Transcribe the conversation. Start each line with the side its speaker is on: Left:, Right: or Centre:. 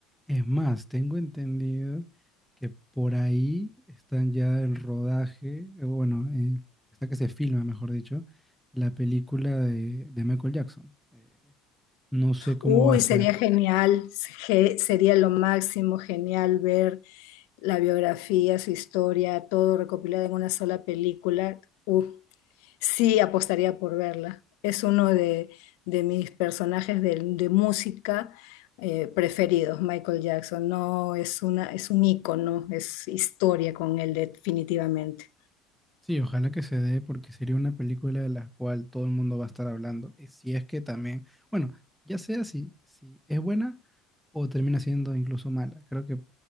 Centre: Es más, tengo entendido que por ahí están ya en rodaje, eh, bueno, eh, está que se filma, mejor dicho, la película de, de Michael Jackson. Eh, no sé cómo
Left: Uy,
Centre: va a ser,
Left: sería genial, ge- sería lo máximo, genial ver la biografía, su historia, todo recopilado en una sola película. Uf, Sí, apostaría por verla. Es uno de, de mis personajes de, de música eh, preferidos, Michael Jackson. No, es una, es un ícono, es historia con él definitivamente.
Centre: Sí, ojalá que se dé porque sería una película de la cual todo el mundo va a estar hablando. Y Si es que también, bueno, ya sea si, si es buena o termina siendo incluso mala. Creo que